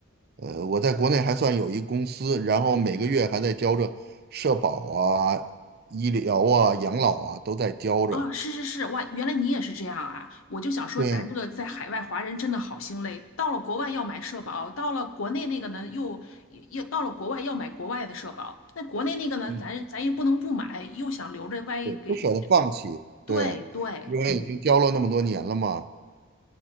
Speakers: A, on the right; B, on the left.
A: 呃，我在国内还算有一公司，然后每个月还在交着社保啊、医疗啊、养老啊都在交着。
B: 啊，是是是，哇，原来你也是这样啊！我就想说，
A: 对，
B: 咱这个在海外华人真的好心累，到了国外要买社保，到了国内那个呢又又也到了国外要买国外的社保，那国内那个呢，
A: 嗯，
B: 咱咱也不能不买，又想留着，万一给……
A: 对，不舍得放弃，
B: 对对，
A: 对，因为已经交了那么多年了嘛，
B: 嗯，